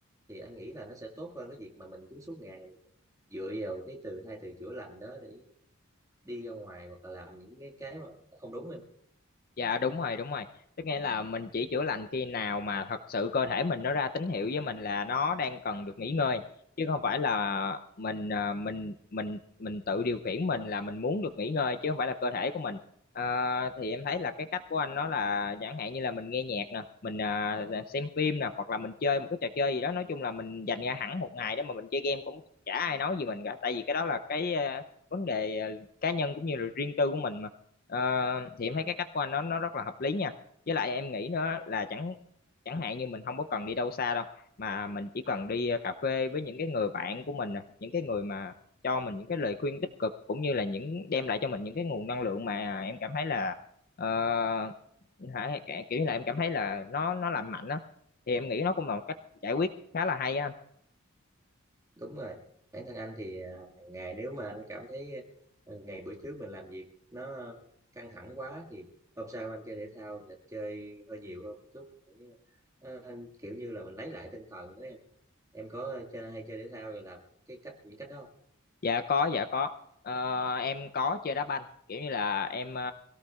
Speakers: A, on the right (about 15°); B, on the left (about 45°).
A: thì anh nghĩ là nó sẽ tốt hơn cái việc mà mình cứ suốt ngày dựa vào cái từ hai từ chữa lành đó để đi ra ngoài hoặc là làm những cái cái mà nó không đúng em
B: Dạ đúng rồi, đúng rồi. Tức nghĩa là mình chỉ chữa lành khi nào mà thật sự cơ thể mình nó ra tín hiệu với mình là nó đang cần được nghỉ ngơi, chứ không phải là mình à, mình mình mình tự điều khiển mình là mình muốn được nghỉ ngơi chứ không phải là cơ thể của mình. Ờ, thì em thấy là cái cách của anh nó là chẳng hạn như là mình nghe nhạc nè, mình à, xem phim nè, hoặc là mình chơi một cái trò chơi gì đó, nói chung là mình dành ra hẳn một ngày để mà mình chơi game cũng chả ai nói gì mình cả, tại vì cái đó là cái à, vấn đề à, cá nhân cũng như là riêng tư của mình mà. Ờ, thì em thấy cái cách của anh nó nó rất là hợp lý nha với lại em nghĩ nữa là chẳng chẳng hạn như mình không có cần đi đâu xa đâu mà mình chỉ cần đi ờ, cà phê với những cái người bạn của mình nè, những cái người mà cho mình những cái lời khuyên tích cực cũng như là những đem lại cho mình những cái nguồn năng lượng mà em cảm thấy là ờ, hả, kiểu như là em cảm thấy là nó nó lành mạnh á thì em nghĩ nó cũng là một cách giải quyết khá là hay á anh.
A: đúng rồi bản thân anh thì à, hàng ngày nếu mà anh cảm thấy à, ngày bữa trước mình làm việc nó căng thẳng quá thì hôm sau anh chơi thể thao thì anh chơi hơi nhiều hơn một chút để à, anh kiểu như là mình lấy lại tinh thần đó em em có chơi, hay chơi thể thao và làm cái cách những cách đó không
B: Dạ có, dạ có. Ờ, em có chơi đá banh, kiểu như là em ờ,